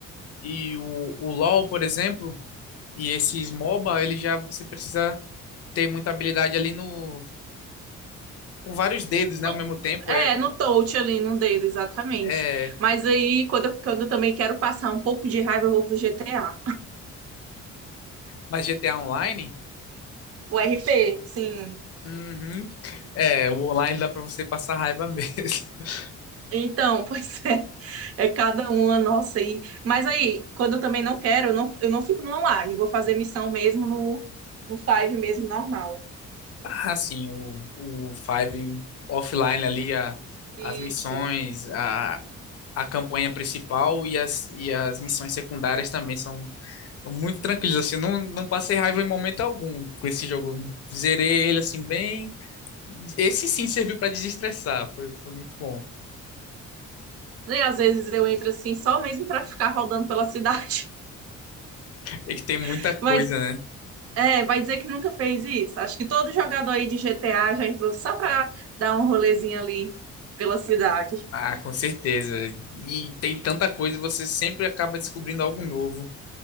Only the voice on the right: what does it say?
No-
é,
no touch ali, no dedo, exatamente.
Mas aí, quando eu, quando eu também quero passar um pouco de raiva, eu vou pro GTA.
O RP, sim.
Então, <laughs> pois é, é cada uma nossa aí. Mas aí, quando eu também não quero, eu não, eu não fico no online, eu vou fazer missão mesmo no, no Five mesmo, normal.
Isso.
E às vezes eu entro assim, só mesmo pra ficar rodando pela cidade.
<laughs>
Vai
É, vai dizer que nunca fez isso. Acho que todo jogador aí de GTA já entrou só para dar um rolezinho ali pela cidade.